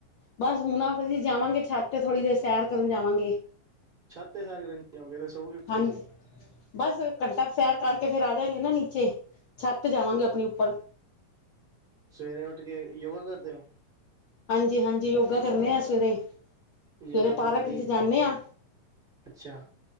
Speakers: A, on the left (about 85°); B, on the right (about 15°).
A: ਬਸ ਹੁਣ ਆਪ ਅਸੀਂ ਜਾਵਾਂਗੇ ਛੱਤ ਤੇ ਥੋੜ੍ਹੀ ਦੇਰ ਸੈਰ। ਕਰਨ ਜਾਵਾਂਗੇ।
B: ਛੱਤ ਤੇ ਸੈਰ ਕਰ ਆਗੇ ਸੋ ਗਏ
A: ਹਾਂਜੀ
B: ਕਦੋਂ
A: ਬਸ ਘੰਟਾ ਸੈਰ ਕਰਕੇ ਫੇਰ ਆ ਜਾਗੇ ਨਾ ਨੀਚੇ ਛੱਤ ਜਾਵਾਂਗੇ ਆਪਣੀ ਉੱਪਰ
B: ਸਵੇਰੇ ਉੱਠ ਕੇ ਯੋਗਾ ਕਰਦੇ ਓ।
A: ਹਾਂਜੀ ਹਾਂਜੀ ਯੋਗਾ ਕਰਨੇ ਆ ਸਵੇਰੇ ਸਵੇਰੇ
B: ਯੋਗਾ ਤੇ
A: ਪਾਰਕ
B: ਬੜੀ
A: 'ਚ ਜਾਂਦੇ ਹਾਂ
B: ਅੱਛਾ